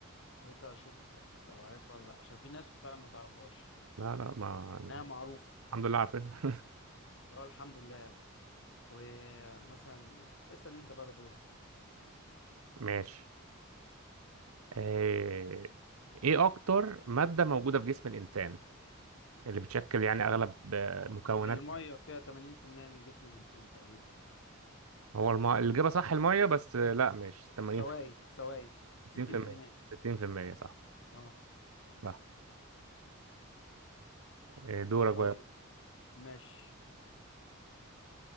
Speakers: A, on the left (about 60°); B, on the right (about 85°).
A: قلت اشوفك لو عارفها ولا لا عشان في ناس فعلا ما تعرفهاش
B: لا لا ما
A: انها
B: <laughs>
A: معروفه
B: الحمد لله عارفينها
A: اه الحمد لله ومثلا اسال انت بقى ده دورك
B: <laughs> ماشي آه، ايه اكتر ماده موجوده في جسم الانسان اللي بتشكل يعني اغلب آه، مكونات
A: الميه فيها 80% من جسم الانسان تقريبا
B: هو الم... الاجابه صح الميه بس آه، لا مش 80
A: سوائل سوائل
B: 60%
A: 60%
B: 60% صح
A: اه
B: صح آه، دورك
A: طيب
B: بقى
A: ماشي